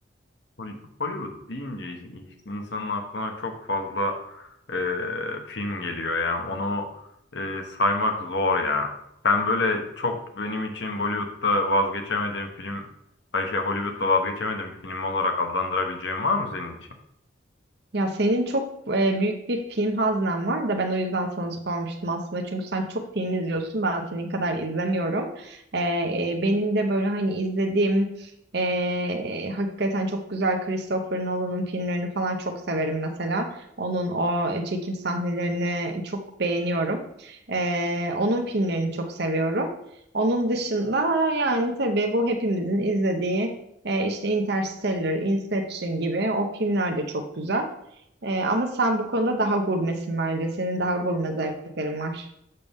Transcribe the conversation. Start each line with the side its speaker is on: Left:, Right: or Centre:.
Left: Hol- Hollywood deyince iş- insanın aklına çok fazla e, film geliyor yani onu e, saymak zor ya. Ben böyle çok benim için Bollywood'da vazgeçemediğim film, ay şey Hollywood'da vazgeçemediğim film olarak adlandırabileceğim var mı senin için?
Right: Ya senin çok e, büyük bir film haznen var da ben o yüzden sana sormuştum aslında. Çünkü sen çok film izliyorsun. Ben senin kadar izlemiyorum. E, e, benim de böyle hani izlediğim e, hakikaten çok güzel Christopher Nolan'ın filmlerini falan çok severim mesela. Onun o çekim sahnelerini çok beğeniyorum. E, onun filmlerini çok seviyorum. Onun dışında yani tabii bu hepimizin izlediği e, işte Interstellar, Inception gibi o filmler de çok güzel. Ee, ama sen bu konuda daha gurmesin bence. Senin daha gurme zevklerin var.